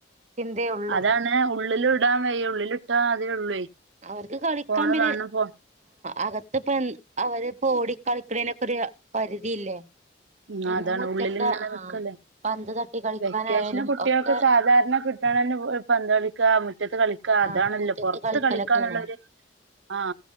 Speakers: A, on the right; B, on the right.
A: ചിന്തേ യുള്ളൂ
B: അതാണ് ഉള്ളിൽ ഇടാൻ വയ്യ ഉള്ളിലിട്ടാ അതേ ഉള്ളേ
A: അവർക്ക് കളിക്കാം
B: ഫോണ്
A: പിന്നെ
B: കാണണം ഫോ
A: ആഅകത്ത് പ്പം അവര്‌പ്പോ ഓടി കളിക്കണേനൊക്കെ ഒരു പരിധിയില്ലേ പിന്നെ
B: ആ അതാണ്
A: മുറ്റത്തെ
B: ഉള്ളിൽ ഇങ്ങനെ
A: ആ
B: നിക്കല്ലേ
A: പന്ത് തട്ടി കളിക്കാനായാലും
B: വെക്കേഷന് കുട്ടികൾക്ക്
A: ഒക്കെ
B: സാധാരണ കിട്ടണന്നെ പന്ത് കളിക്കാ മുറ്റത്ത് കളിക്ക ക്കാ
A: ആ
B: അതാണല്ലോ
A: മുറ്റത്ത്
B: പൊറത്ത്
A: കളിക്കലൊക്കെയാണ്
B: കളിക്കാന്നുള്ളരു ആഹ